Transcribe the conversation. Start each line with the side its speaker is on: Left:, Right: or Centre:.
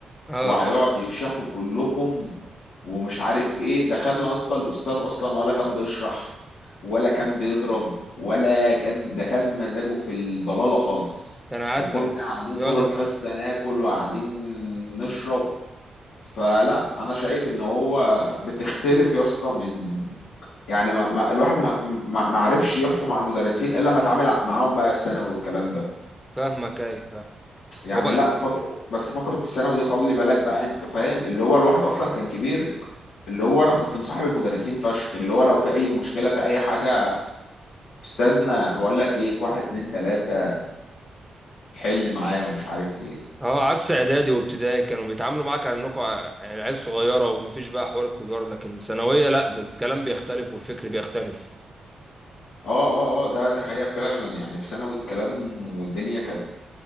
Centre: اه
Left: وهيقعد يفشخوا كلكم ومش عارف ايه دخلنا يا اسطى الاستاذ اصلا ولا كان بيشرح ولا كان بيضرب ولا كان ده كان مزاجه في الضلالة خالص
Centre: كان عسل
Left: وكنا قاعدين
Centre: يقعد
Left: طول
Centre: يهزر
Left: الحصة ناكل وقاعدين نشرب فلا انا شايف ان هو بتختلف يا اسطى من يعني ما ما الواحد ما ما ما عرفش يحكم على المدرسين الا لما اتعامل معاهم بقى في ثانوي والكلام ده
Centre: فاهمك ايه فاهم
Left: يعني
Centre: هو
Left: لا فترة بس فقرة الثانوي دي خلي بالك بقى انت فاهم اللي هو الواحد اصلا كان كبير اللي هو انا كنت مصاحب المدرسين فشخ اللي هو لو في اي مشكله في اي حاجه استاذنا بقول لك ايه في واحد اتنين تلاته حل معايا ومش عارف ايه
Centre: اه عكس اعدادي وابتدائي كانوا بيتعاملوا معاك على انكم ع- يعني عيال صغيرة ومفيش بقى حوار الكبار لكن ثانوية لا الكلام بيختلف والفكر بيختلف
Left: اه اه اه ده ده حقيقه فعلا يعني في ثانوي الكلام والدنيا كانت